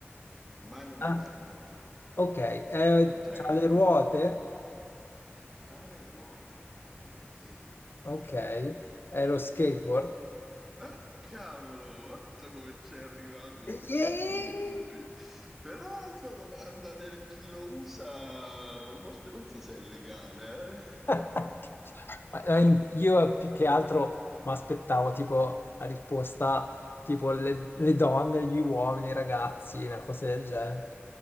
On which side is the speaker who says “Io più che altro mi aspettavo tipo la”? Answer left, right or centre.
Left